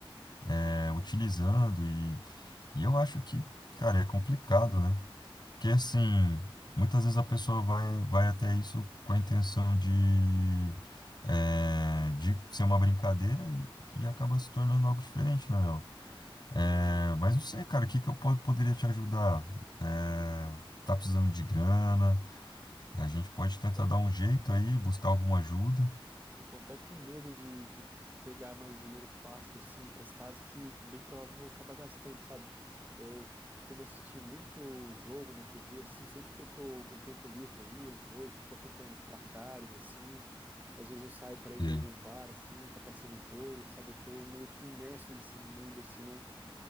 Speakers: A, on the left; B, on the right.
A: é, utilizando. E, e eu acho que, cara, é complicado, né? Porque assim, muitas vezes a pessoa vai, vai até isso com a intenção de, é, de ser uma brincadeira e, e acaba se tornando algo diferente, né, Léo? É, mas não sei, cara, o que que eu po- poderia te ajudar? É, tá precisando de grana? A gente pode tentar
B: Então,
A: dar um jeito aí, buscar alguma ajuda.
B: Eu tô até com medo de, de pegar mais dinheiro fácil, assim, emprestado, que bem provável eu vou acabar gastando, sabe? Eu costumo assistir muito jogo na TV, assim, sempre que eu tô com tempo livre ali, eu vou e fico acompanhando os placares, assim. Às vezes eu saio pra ir
A: Sei,
B: em algum bar, assim, tá passando um jogo, sabe? Eu tô meio que imerso nesse mundo, assim, não...